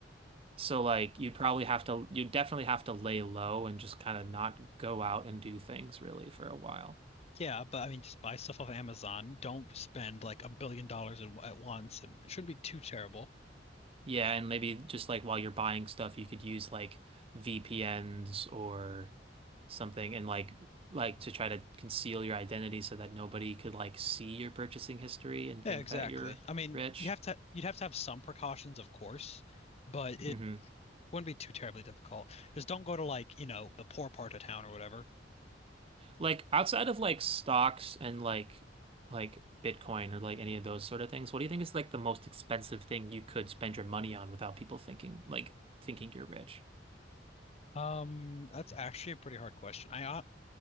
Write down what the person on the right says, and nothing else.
So like you'd probably have to you'd definitely have to lay low and just kind of not go out and do things really for a while.
Yeah, and maybe just like while you're buying stuff you could use like VPNs or something and like like to try to conceal your identity so that nobody could like see your purchasing history and
think
that you're
rich.
hmm
Like outside of like stocks and like like Bitcoin or like any of those sort of things, what do you think is like the most expensive thing you could spend your money on without people thinking like thinking you're rich?